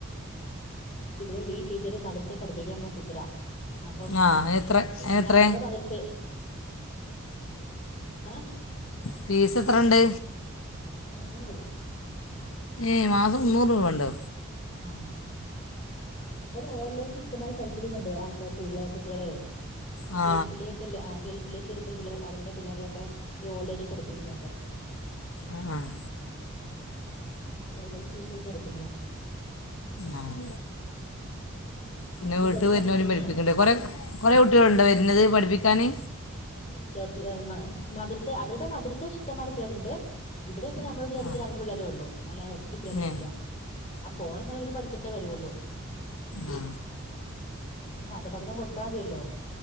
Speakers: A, on the left; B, on the left.
A: ഇവടെ ഈ ടീച്ചർ <unintelligible> പഠിപ്പിക്കാൻ പോന്ന ടിച്ചറാ അപ്പം
B: ആ അതിനെത്ര അതിനെത്ര
A: നമ്മള മദ്രസ ആഹ
B: ഫീസ് എത്ര ഇണ്ട്.
A: മുന്നൂർ രൂപ മാസം.
B: ഏയ് മാസം മുന്നൂറ് രൂപ ഉണ്ടോ
A: ആഹ അവര് ഓൺലൈനിൽ ഇഷ്ടമാതിരി പഠിപ്പിക്കുന്നുണ്ട് ആൾക്കാർ പിള്ളെ കുട്ടികളെ. ഈ
B: ആ
A: ഗൾഫിലേക്കല്ല ഗൾഫിലേക്ക് എറപ്പള്ളേ അവരുടെ പിള്ളേരെ ക്കെ ഈ ഓൺലൈനിൽ പഠിപ്പിക്കുന്നുണ്ട്
B: ആഹ് ആഹ്
A: ഈ തയ്യലും ഫിസോടുത്ത് അടുപ്പിക്കലാണൊ
B: ആഹ് പിന്നെ
A: നമ്മുടെ
B: വീട്ട്
A: തൊട്ടടുത്ത്
B: വരുന്നവരേ
A: തന്നെയാ
B: പഠിപ്പിക്കണ്ട് കൊറെ കുറെ കുട്ടികൾ ഉണ്ടോ വരുന്നത് പഠിപ്പിക്കാന്
A: ഇല്ല ഇല്ല ത് മ മദ്രസ് അവരുടെ മദ്രസ ഇഷ്ടമാതി പേരുണ്ട് ഇവിടെ ഇപ്പ നമ്മളുടെ അടുത്ത്
B: ആ
A: രണ്ട് പിള്ളേരെ ഉള്ളൂ അല്ലാതെ ഒത്തിരി പേള്ളേരൊന്നും
B: ഏ,
A: ഇല്ല ആ പോണ സമയം ഇര് പഠിച്ചിട്ടേ വരുവുള്ളൂ
B: ആ,
A: നമ്മക്ക് മതപഠനം കൊടുത്താതില്ലോ